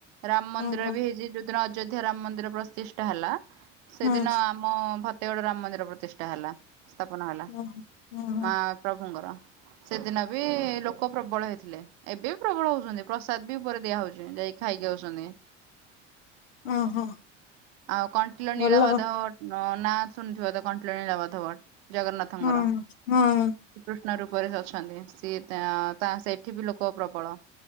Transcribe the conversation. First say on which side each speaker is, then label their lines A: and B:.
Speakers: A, on the right; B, on the left.
A: ରାମ ମନ୍ଦିରରେ
B: ଓହୋ
A: ବି ହେଇଛି ଯୋଉ ଦିନ ମଧ୍ୟ ରାମ ମନ୍ଦିର ପ୍ରତିଷ୍ଠା ହେଲା, ସେଦିନ
B: ହଁ
A: ଆମ ଭତେଗଡ ରାମ ମନ୍ଦିର ପ୍ରତି ଟା ହେଲା ସ୍ଥାପନ ହେଲା।
B: ଓହୋ ଓହୋ
A: ମହା ପ୍ରଭୁଙ୍କର ସେଦିନ ବି ଲୋକ ପ୍ରବଳ ହେଇଥିଲେ ଏବେ ବି ପ୍ରବଳ ହଉଛନ୍ତି, ପ୍ରସାଦ ବି ଉପରେ ଦିଆ ହଉଚି ଯାଇ ଖାଇକି ଆଉଛନ୍ତି।
B: ଓହୋ
A: ଆଉ କଣ୍ଟିଲ
B: ଭଲ
A: ନୀଳ ମାଧବ ନାଁ ଶୁଣିଥିବ ତ କଣ୍ଟିଲ ନୀଳ ମାଧବ ଜଗନ୍ନାଥଙ୍କର।
B: ହଁ ହଁ।
A: କୃଷ୍ଣ ରୂପରେ ସେ ଅଛନ୍ତି, ସିଏ ତା ତା ସେଠି ବି ଲୋକ ପ୍ରବଳ।